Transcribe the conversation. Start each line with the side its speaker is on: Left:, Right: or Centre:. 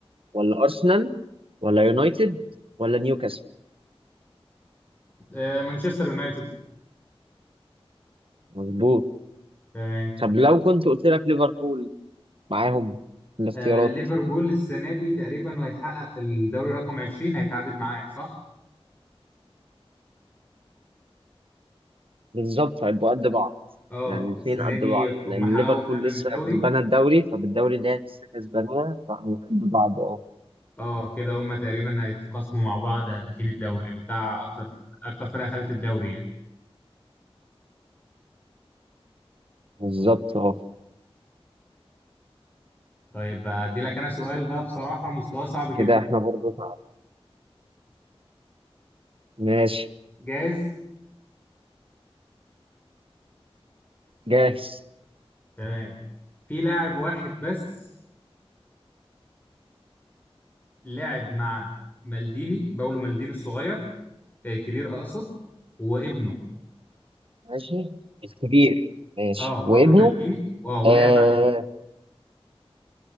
Right: ولا ارسنال ولا يونايتد ولا نيوكاسل
Left: آه مانشستر يونايتد
Right: مظبوط
Left: تمام
Right: طب لو كنت قلت لك ليفربول معاهم في الاختيارات
Left: آه ليفربول السنة دي تقريبا هيحقق الدوري رقم 20 هيتعادل معايا صح؟
Right: بالظبط هيبقوا قد بعض
Left: اه
Right: يعني الاثنين
Left: السنة
Right: قد
Left: دي
Right: بعض
Left: هم
Right: لان
Left: حققوا
Right: ليفربول
Left: فعلا
Right: لسه
Left: الدوري
Right: كسبانه الدوري فبالدوري اللي هي لسه كسباناه فهو قد بعض اه
Left: اه كده هما تقريبا هيتقاسموا مع بعض هدافين الدوري بتاع اكتر اكتر فرقه خدت الدوري يعني
Right: بالظبط اه
Left: طيب هدي لك انا سؤال بقى بصراحه مستواه صعب جدا
Right: كده احنا برضه تعادل. ماشي
Left: جاهز
Right: جاهز
Left: تمام في لاعب واحد بس لعب مع مالديني باولو مالديني الصغير آه، كبير اقصد وابنه
Right: ماشي الكبير ماشي
Left: اه
Right: وابنه
Left: باولو مالديني اه ولعب
Right: آه
Left: مع ابنه